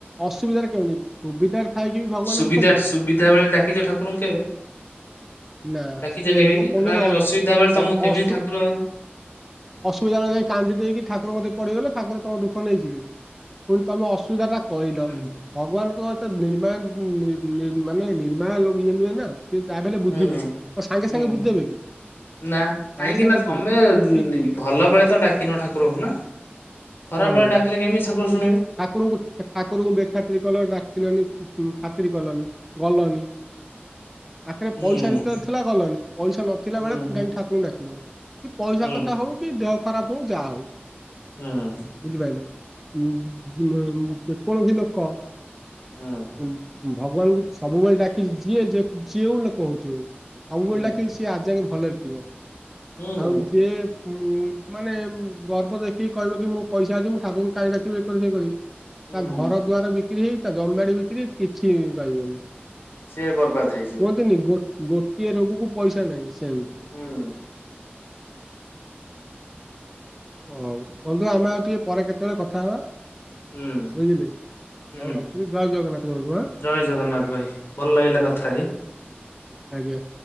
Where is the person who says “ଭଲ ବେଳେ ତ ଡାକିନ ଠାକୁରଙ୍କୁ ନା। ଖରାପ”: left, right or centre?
Left